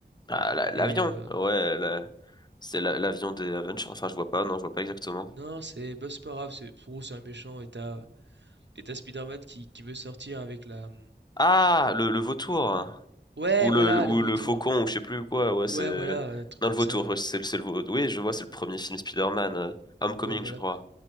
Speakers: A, on the left; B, on the right.
A: Ah, la- l'avion.
B: et euh,
A: Ouais, la- c'est la- l'avion des Avengers. Enfin, je vois pas, non, je vois pas exactement.
B: non, c'est bah, c'est pas grave, c'est pour eux, c'est un méchant et t'as et t'as Spider-Man qui qui veut sortir avec la
A: Ah, le, le vautour.
B: Ouais,
A: Ou
B: voilà,
A: le, le- ou
B: le vautour.
A: le faucon, ou je sais plus quoi. Ouais,
B: Ouais,
A: c'est.
B: voilà, un truc
A: Non,
B: comme
A: le vautour,
B: ça là.
A: ouais, c'est, le- c'est le vautour. Oui, je vois, c'est le premier film Spider-Man. euh, Homecoming,
B: Ouais, voilà.
A: je crois.